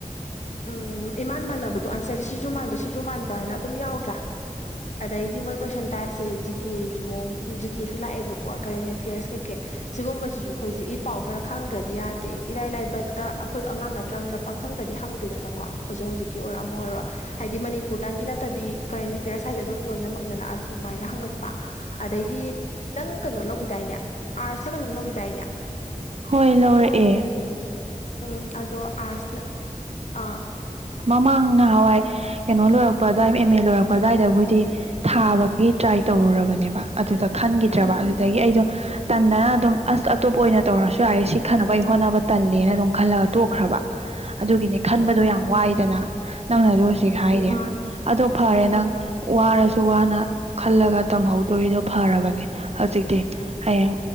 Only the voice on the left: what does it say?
ꯎꯝ ꯏꯃꯥꯟ ꯃꯥꯟꯅꯕꯗꯣ ꯑꯟꯁꯔꯖꯤ ꯁꯤꯁꯨ ꯃꯥꯟꯕ ꯁꯤꯁꯨ ꯃꯥꯟꯕꯅ ꯑꯗꯨꯝ ꯌꯥꯎꯗ꯭ꯔꯥ ꯑꯗꯩꯗꯤ ꯃꯣꯏ ꯀꯣꯏꯁꯟ ꯇꯥꯏꯞꯁꯦ ꯖꯤ ꯀꯦꯒꯤ ꯃꯑꯣꯡ ꯖꯤꯀꯦꯁꯨ ꯂꯥꯛꯑꯦꯕꯀꯣ ꯀꯔꯦꯟ ꯑꯦꯐꯤꯌꯔꯁ ꯀꯩꯀꯩ ꯁꯤꯒꯨꯝꯕꯁꯤꯁꯨ ꯑꯩꯈꯣꯏꯁꯦ ꯏ ꯄꯥꯎ ꯈꯔ ꯈꯪꯗ꯭ꯔꯗꯤ ꯌꯥ ꯗꯦ ꯏꯔꯥꯏ ꯂꯥꯏꯕ ꯍꯦꯛꯇ ꯑꯩꯈꯣꯏꯗꯣ ꯑꯉꯥꯡ ꯅꯠꯇ꯭ꯔꯃꯤꯅ ꯄꯪꯍꯪꯗꯗꯤ ꯍꯪꯗꯦꯗꯅꯀꯣ ꯍꯧꯖꯤꯛ ꯍꯧꯖꯤꯛꯀꯤ ꯑꯣꯏꯔꯣ ꯑꯃ ꯑꯣꯏꯔꯣ ꯍꯥꯏꯗꯤ ꯃꯅꯤꯄꯨꯔꯇꯪꯒꯤ ꯅꯠꯇꯕꯤ ꯀꯔꯦꯟ ꯑꯦꯐꯤꯌꯔꯁ ꯍꯥꯏꯁꯦ ꯑꯗꯨꯝ ꯂꯣꯏꯅꯃꯛꯅꯤꯗꯅ ꯑꯗꯨꯃꯥꯏꯅ ꯍꯪꯉꯛꯄ ꯑꯗꯩ ꯗꯤ ꯅꯪ ꯀꯩꯅꯣ ꯂꯧꯒꯤꯗꯥꯏꯅꯦ ꯑꯥꯔꯠꯁꯂ ꯀꯩꯅꯣꯝ ꯂꯧꯒꯤꯗꯥꯏꯅꯦ
ꯎꯝ ꯑꯗꯣ ꯑꯥꯔꯠꯁꯅ ꯑꯥ
ꯎꯝ
ꯑꯣ
ꯎꯝ ꯃꯥꯅꯦ
ꯎꯝ